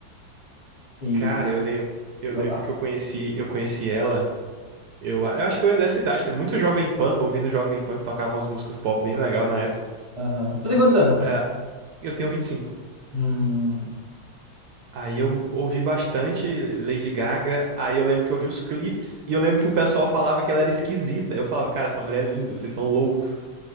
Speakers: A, on the left; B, on the right.
A: E
B: Cara, eu, lem, eu
A: foi babado.
B: lembro que eu conheci, eu conheci ela. Eu, eu acho que eu era dessa idade, também, muito Jovem Pan, ouvindo Jovem Pan, que tocava umas músicas pop bem legal na época.
A: Aham. Tu tem quantos anos?
B: É, eu tenho vinte e cinco
A: Hum.
B: Aí eu ouvi bastante Lady Gaga, aí eu lembro que eu vi os clipes, e eu lembro que o pessoal falava que ela era esquisita. Eu falava, cara, essa mulher é linda, vocês são loucos.